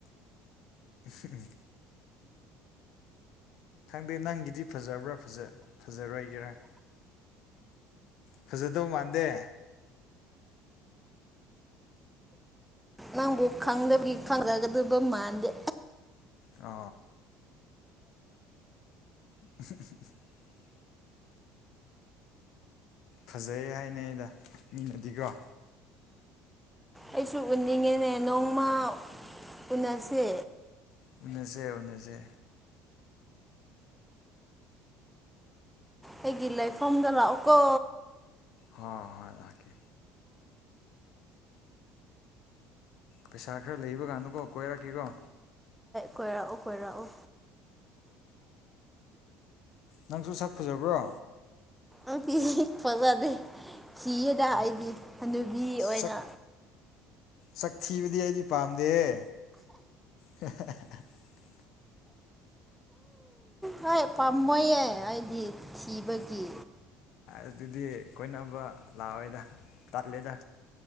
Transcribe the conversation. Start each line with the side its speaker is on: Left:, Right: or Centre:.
Left: ꯎꯝꯝ ꯈꯪꯗꯦ ꯅꯪꯒꯤꯗꯤ ꯐꯖꯕ꯭ꯔꯥ ꯐꯖꯔꯣꯏꯒꯦꯔꯥ ꯐꯖꯗꯧ ꯃꯥꯟꯗꯦ
Centre: ꯅꯪꯕꯨ ꯈꯪꯗꯕꯒꯤ ꯈꯪꯗꯒꯗꯕ ꯃꯥꯟꯗꯦ
Left: ꯑ <unintelligible> ꯐꯖꯩ ꯍꯥꯏꯅ ꯑꯩꯗ ꯃꯤꯅꯗꯤꯀꯣ
Centre: ꯑꯩꯁꯨ ꯎꯅꯤꯡꯉꯤꯅꯦ ꯅꯣꯡꯃ ꯎꯟꯅꯁꯦ
Left: ꯑꯣꯅꯦꯖꯦ ꯑꯣꯅꯦꯁꯦ
Centre: ꯑꯩꯒꯤ ꯂꯩꯐꯝꯗ ꯂꯥꯛꯑꯣꯀꯣ
Left: ꯍꯣꯏ ꯍꯣꯏ ꯂꯥꯛꯀꯦ ꯄꯩꯁꯥ ꯈꯔ ꯂꯩꯕ ꯀꯥꯟꯅꯨꯀꯣ ꯀꯣꯏꯔꯛꯀꯔꯣ
Centre: ꯀꯣꯏꯔꯥꯛꯑꯣ ꯀꯣꯏꯔꯛꯑꯣ
Left: ꯅꯪꯁꯨ ꯁꯛ ꯐꯖꯕ꯭ꯔꯣ
Centre: ꯑ ꯄꯖꯗ ꯁꯤꯗ ꯑꯩꯒꯤ ꯍ ꯅꯨꯕꯤ ꯑꯣꯏꯅ
Left: ꯁꯛ ꯁꯛ ꯊꯤꯕꯗꯤ ꯑꯩꯗꯤ ꯄꯥꯝꯗꯦꯍꯦ <unintelligible>
Centre: ꯍ ꯄꯥꯝꯃꯣꯏꯌꯦꯦ ꯑꯩꯗꯤ ꯊꯤꯕꯒꯤ
Left: ꯑꯗꯨꯗꯤ ꯀꯣꯏꯅꯕ ꯂꯥꯛꯑꯣꯦꯗ ꯇꯠꯂꯦꯗ